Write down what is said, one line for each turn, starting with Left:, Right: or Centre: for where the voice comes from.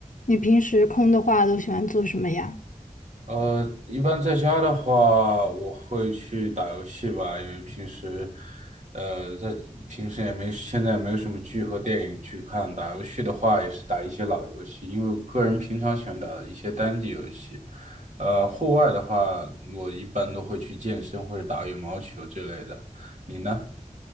Left: 你平时空的话都喜欢做什么呀？
Right: 呃，一般在家的话，我会去打游戏吧，因为平时，呃，在平时也没，现在没有什么剧和电影去看。打游戏的话，也是打一些老游戏，因为我个人平常喜欢打一些单机游戏。呃，户外的话，我一般都会去健身或者打羽毛球之类的。你呢？